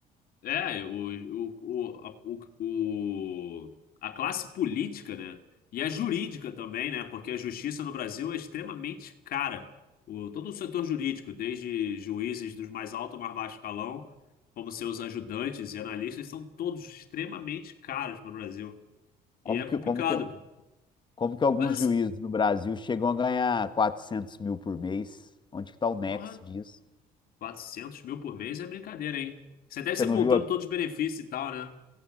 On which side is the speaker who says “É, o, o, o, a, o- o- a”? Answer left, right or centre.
Left